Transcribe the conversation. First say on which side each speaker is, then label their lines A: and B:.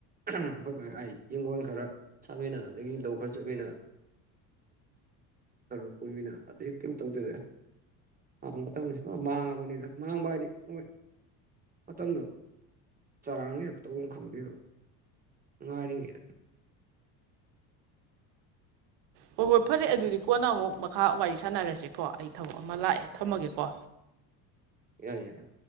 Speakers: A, on the right; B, on the right.
A: ꯑꯩꯈꯣꯏ ꯌꯦꯡꯒꯣꯟ ꯈꯔ ꯁꯥꯃꯤꯟꯅ ꯑꯗꯒꯤ ꯂꯧ ꯈꯔ ꯆꯠꯃꯤꯟꯅ ꯈꯔ ꯀꯣꯏꯃꯤꯟꯅ ꯑꯇꯩ ꯀꯔꯤꯝ ꯇꯧꯗꯣꯏꯗ ꯑꯉꯥꯡꯕ ꯃꯇꯝꯁꯨ ꯃꯥꯡꯉꯕꯅꯤꯅ ꯃꯥꯡꯕ ꯍꯥꯏꯗꯤ ꯍꯣꯏ ꯃꯇꯝꯗꯨ ꯆꯔꯥꯡꯅꯩ ꯇꯧꯕꯝ ꯈꯪꯗꯦꯕ ꯉꯥꯏꯔꯤꯉꯩꯗ
B: ꯍꯣꯏ ꯍꯣꯏ ꯐꯔꯦ ꯑꯗꯨꯗꯤ ꯀꯣꯟꯅ ꯑꯃꯨꯛ ꯃꯈꯥ ꯋꯥꯔꯤ ꯁꯥꯟꯅꯔꯁꯤꯀꯣ ꯑꯩ ꯊꯕꯛ ꯑꯃ ꯂꯥꯛꯑꯦ ꯊꯝꯃꯒꯦꯀꯣ
A: ꯌꯥꯏ ꯌꯥꯏ